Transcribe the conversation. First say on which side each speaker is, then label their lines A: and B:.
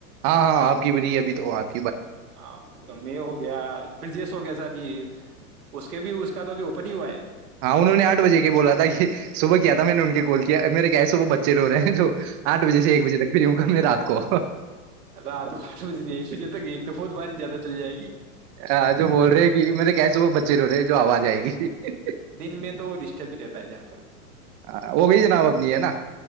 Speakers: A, on the right; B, on the right.
A: ہاں ہاں آپ کی بریی ابھی تو بات ہے
B: ہاں تو میں ہو گیا برجیش ہو گیا س جی اس کے بھی اس کا تو جو اوپن ہیگ ہوا ہے
A: ہاں انہوں نے آٹھ بجے کے بولا تھا کہ صبح کیا تھا میں نے ان کے کال کیا میرے کیا ہے صبح بچے رو رہے ہیں جو آٹھ بجے سے ایک بجے تک فری ہوں گا میں رات کو
B: رات کو آٹھ بجے سے ایک بجے تک ایک تو بہت بارش زیادہ چل جائے گی
A: ہاں جو بول رہے کہ میں نے کہس وہ بچے رو رہے جو آواز آئے گی <unintelligible>
B: دن میں تو وہ ڈسٹرب ہی رہتا ہے جہاں تر
A: ہو گئی جناب اپنی ہے نا